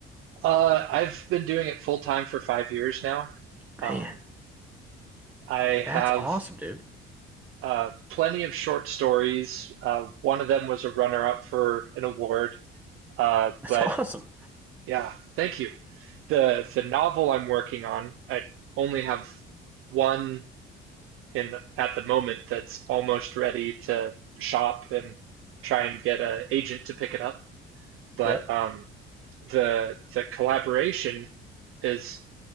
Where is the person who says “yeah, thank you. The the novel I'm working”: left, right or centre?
Right